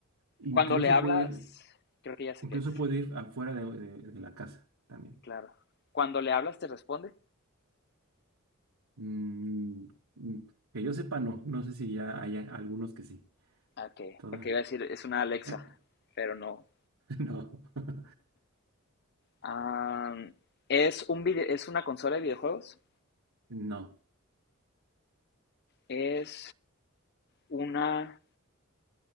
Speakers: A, on the right; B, on the left.
A: Incluso
B: Cuando le hablas,
A: puede ir,
B: creo que ya sé
A: incluso
B: qué es,
A: puede ir afuera de, de- de la casa también.
B: claro. Cuando le hablas, ¿te responde?
A: Mm, mm, que yo sepa, no. No sé si ya hay a- algunos que sí.
B: Ok,
A: Todas.
B: porque iba a decir, es una Alexa,
A: eh,
B: pero no.
A: <laughs> no. <laughs>
B: Am, es un video, es una consola de videojuegos,
A: No.
B: es una,